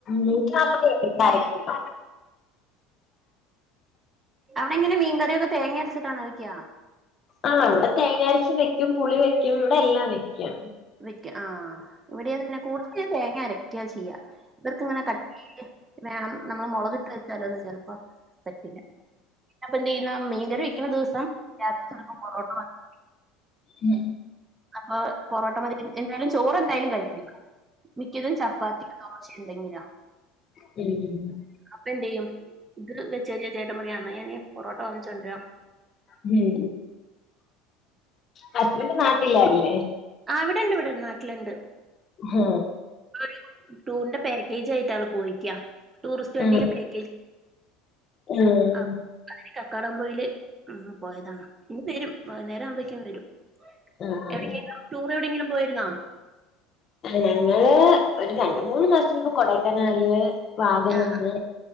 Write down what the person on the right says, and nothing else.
അവിടെങ്ങനെ മീൻകറിയൊക്ക തേങ്ങ അരച്ചിട്ടാണോ വെയ്ക്ക
വെയ്ക്കും ആഹ് ഇവിടെഅത് തന്നെ കൂടുതലും ഞാൻ തേങ്ങ അരയ്ക്ക ചെയ്യാ.. ഇവർക്ക് ഇങ്ങനെ കട്ടീല് വേണം നമ്മൾ മുളക് ഇട്ട് വെച്ചാലൊന്നും ചിലപ്പോ പറ്റില്ല ഇപ്പം എന്ത് ചെയ്യുന്നു മീൻക്കറി വെക്കുന ദിവസാ രാത്രി ചിലപ്പോൾ പൊറോട്ട വാങ്ങി
അപ്പൊ പൊറോട്ട മതി എന്തായാലും ചോറ് എന്തായാലും കഴിക്കും മിക്കതും ചപ്പാത്തിയാ ദോശ ഇണ്ടായിനോ
അപ്പംഎന്ത് ചെയ്യും ഇത് വെച്ച് കഴിഞ്ഞാൽ ചേട്ടൻ പറയും അന്ന ഞാന് പൊറോട്ടോ വാങ്ങിച്ചോണ്ടരാ
ആ ഇവിടെ ഇണ്ട് ഇവിടെണ്ട് നാട്ടിലുണ്ട്
ടൂറ് ടൂറിന്റെ പാക്കേജ് ആയിട്ട് ആള് പോയിക്ക ടൂറിസ്റ്റ് വണ്ടിയില്
പാക്കേജ്
അ അതിന് കക്കാടംപൊയയില് പോയതാണ് ഇന്ന് വരും വൈകുന്നേരം ആവുമ്പോക്കും വരും
എവിക്കേലും ടൂറ് എവിടെയെങ്കിലും പോയിരുന്നോ
ആഹ്